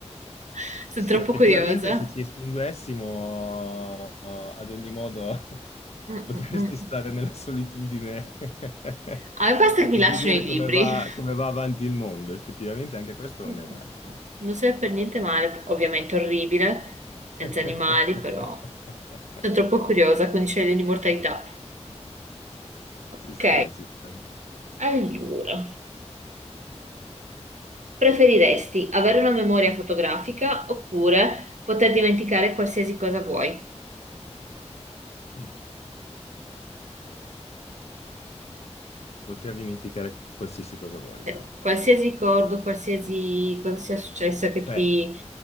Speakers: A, on the right (about 85°); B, on the left (about 60°).
A: <laughs> Sono
B: Sì,
A: troppo
B: effettivamente
A: curiosa.
B: se ci estinguessimo eh, ad ogni modo <laughs>
A: Mm,
B: potresti
A: mm, mm.
B: stare nella solitudine <laughs> e
A: A me basta che mi lasciano
B: vedere
A: i libri.
B: come va,
A: <laughs>
B: come va avanti il mondo. Effettivamente anche questo non
A: Mm.
B: è male.
A: Non serve per niente male, ovviamente orribile, senza
B: <laughs>
A: animali, però sono troppo curiosa, quindi sceglio l'immortalità. Ok,
B: Si sta, si sta.
A: allora. Preferiresti avere una memoria fotografica oppure poter dimenticare qualsiasi cosa vuoi?
B: Mm. Poter dimenticare qualsiasi cosa voglio.
A: Cioè, qualsiasi ricordo, qualsiasi cosa sia successo che ti,
B: Cioè,